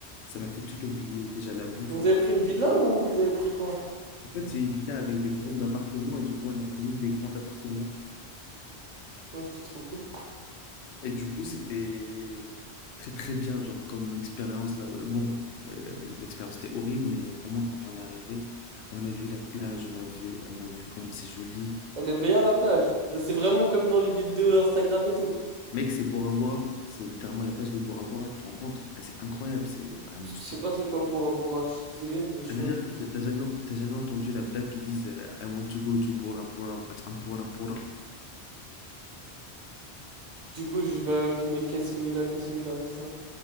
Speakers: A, on the left (about 80°); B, on the right (about 45°).
A: Ça m'a fait tout oublier, déjà la bouffe
B: Vous
A: m'a fait
B: avez pris une villa
A: tout oublier.
B: ou vous avez pris quoi?
A: En fait, c'est une villa avec des grands appartements et du coup, on a ramené des grands appartements.
B: Non, c'est trop cool.
A: Et du coup, c'était très très bien, genre comme expérience là. Bon, euh, l'expérience était horrible, mais au moins quand on est arrivé, on a vu la plage, on a vu, on a vu comment c'est joli.
B: Elle est bien la plage. C'est vraiment comme dans les vidéos Instagram et tout.
A: Mec, c'est Bora Bora. C'est littéralement la plage de Bora Bora, tu te rends compte? Ah, c'est incroyable, c'est vraiment
B: Je
A: stupide.
B: sais pas c'est quoi Bora Bora, je suis désolé, mais je
A: T'as
B: suis
A: déjà,
B: inculte.
A: t'as jamais, t'as jamais entendu la blague qui disent euh, I want to go to Bora Bora, but I'm Bora Bora.
B: Du coup, je vais à Kim- Casimila, Casimila, c'est ça.